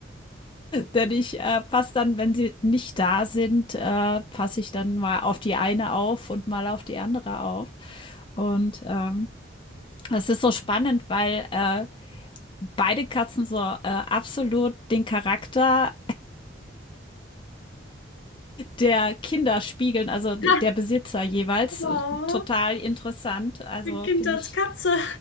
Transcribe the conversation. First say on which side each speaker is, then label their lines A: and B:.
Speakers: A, on the left; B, on the left.
A: Denn ich äh, passe dann, wenn sie nicht da sind, äh, passe ich dann mal auf die eine auf und mal auf die andere auf. Und ähm, das ist so spannend, weil äh, beide Katzen so äh, absolut den Charakter der Kinder spiegeln, also der
B: <laughs>
A: Besitzer jeweils.
B: Oh,
A: Total interessant. Also
B: mein Kind
A: finde
B: als
A: ich
B: Katze.